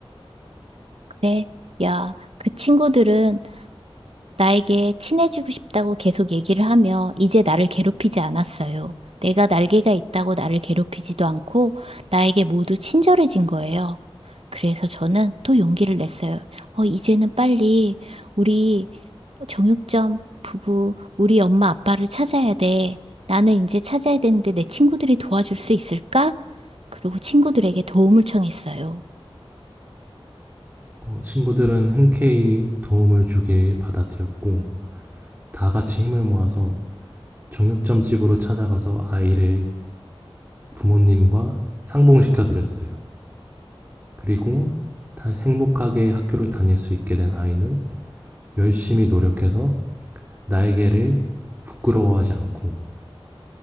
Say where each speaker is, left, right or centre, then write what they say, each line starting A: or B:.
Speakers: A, on the right (about 80°); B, on the right (about 20°).
A: 그래, 야, 그 친구들은 나에게 친해지고 싶다고 계속 얘기를 하며 이제 나를 괴롭히지 않았어요. 내가 날개가 있다고 나를 괴롭히지도 않고 나에게 모두 친절해진 거예요. 그래서 저는 또 용기를 냈어요. 어, 이제는 빨리 우리 정육점 부부, 우리 엄마 아빠를 찾아야 돼. 나는 이제 찾아야 되는데 내 친구들이 도와줄 수 있을까? 그리고 친구들에게 도움을 청했어요.
B: 어, 친구들은 흔쾌히 도움을 주길 받아들였고 다 같이 힘을 모아서 정육점 집으로 찾아가서 아이를 부모님과 상봉시켜 드렸어요. 그리고 다시 행복하게 학교를 다닐 수 있게 된 아이는 열심히 노력해서 날개를 부끄러워하지 않고